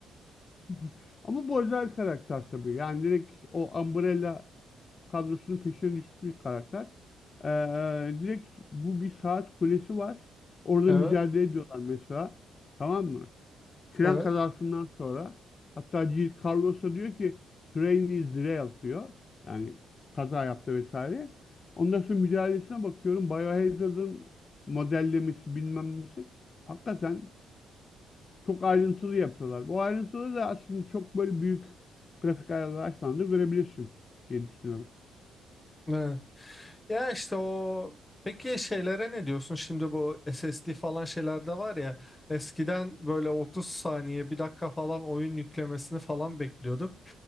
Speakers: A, on the left (about 40°); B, on the left (about 15°).
A: <laughs> Ama bu özel karakter tabii. Yani direkt o Umbrella kadrosunun peşine düşmüş bir karakter. Ee, direkt bu bir saat kulesi var. Orada
B: Evet,
A: mücadele ediyorlar mesela. Tamam mı? Tren
B: evet,
A: kazasından sonra hatta G. Carlos'a diyor ki train is derailed diyor. Yani kaza yaptı vesaire. Ondan sonra mücadelesine bakıyorum. Biohazard'ın modellemesi bilmem nesi. Hakikaten çok ayrıntılı yapıyorlar. Bu ayrıntılı da aslında çok böyle büyük grafik ayarları açmadan da görebilirsin diye düşünüyorum.
B: evet. Ya işte o Peki şeylere ne diyorsun? Şimdi bu SSD falan şeylerde var ya eskiden böyle 30 saniye bir dakika falan oyun yüklemesini falan bekliyorduk.